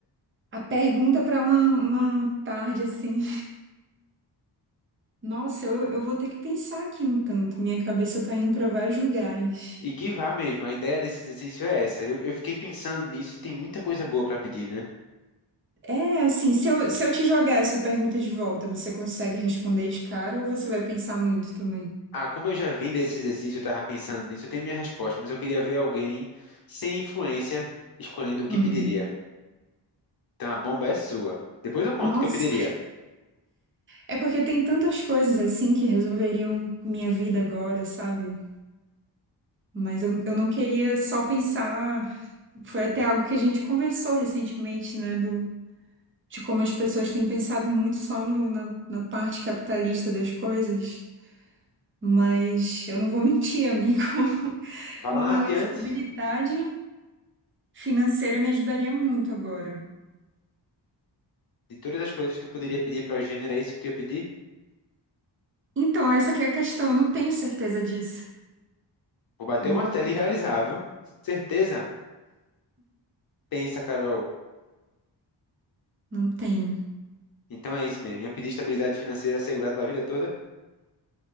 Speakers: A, on the right; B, on the left.
A: A pergunta para uma, uma tarde assim. Nossa, eu, eu vou ter que pensar aqui um tanto. Minha cabeça tá indo para vários lugares.
B: E que vá mesmo, a ideia desse exercício é essa. Eu, eu fiquei pensando nisso e tem muita coisa boa para pedir, né?
A: É, assim, se eu, se eu te jogar essa pergunta de volta, você consegue responder de cara ou você vai pensar muito também?
B: Ah, como eu já vim desse exercício, eu estava pensando nisso, eu tenho minha resposta, mas eu queria ver alguém sem influência escolhendo o que
A: Hum.
B: pediria. Então a bomba é sua. Depois eu conto
A: Nossa,
B: o que eu pediria.
A: é porque tem tantas coisas assim que resolveriam minha vida agora, sabe? Mas eu, eu não queria só pensar. Foi até algo que a gente conversou recentemente, né? Do, de como as pessoas têm pensado muito só no- na, na parte capitalista das coisas. Mas eu não vou mentir, amigo. <laughs>
B: Vá
A: Uma
B: lá adiante.
A: estabilidade. financeira me ajudaria muito agora.
B: De todas as coisas que tu poderia pedir para o Gênero, era isso que tu ia pedir?
A: Então, essa que é a questão, eu não tenho certeza disso.
B: Vou bater
A: Eu
B: o
A: não,
B: martelo e realizar, viu? Certeza? Pensa, Carol.
A: não tenho.
B: Então é isso mesmo. Ia pedir estabilidade financeira assegurada para a vida toda.